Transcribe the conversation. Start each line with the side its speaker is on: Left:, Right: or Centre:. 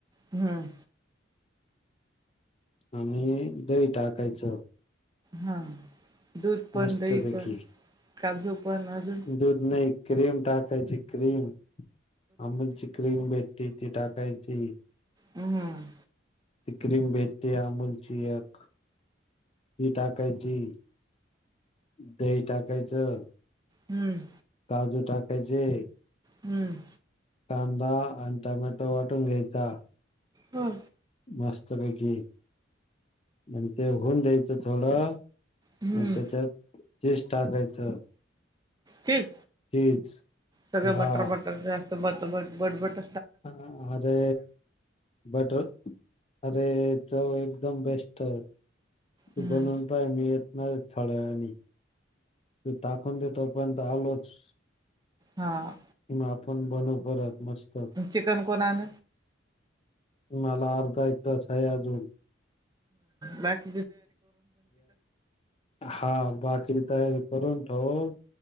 Right: हम्म!
Left: आम्ही दही टाकायचं.
Right: हा दूध पण,
Left: मस्तपैकी
Right: दही पण, काजू पण, अजून
Left: दूध नाही क्रीम टाकायची क्रीम अमूलची क्रीम भेट ती ती टाकायची.
Right: हं हम.
Left: ती क्रीम भेटते अमूलची एक. ती टाकायची, दही टाकायचं,
Right: हं.
Left: काजू टाकायचे,
Right: हंम.
Left: कांदा आणि टोमॅटो वाटून घ्यायचा.
Right: ह
Left: मस्तपैकी. आणि ते होऊन द्यायचं थोडं.
Right: हम्म
Left: मग त्याच्यात चीज टाकायचं.
Right: चीज
Left: चीज
Right: सगळ
Left: हा
Right: बटर मटर जास्त मटमट बटबट
Left: हा आरे! बटर अरे चव एकदम बेस्ट. तू
Right: हम्म
Left: बनवून पाय मी येणार थोड्या वेळानी. तू टाकून दे तोपर्यंत आलोच.
Right: हां.
Left: मग आपण बनवु परत मस्त.
Right: चिकन कोण आण
Left: मला अर्धा एक तास आहे अजून.
Right: बाकी
Left: हा बाकीची तयारी करून ठोव.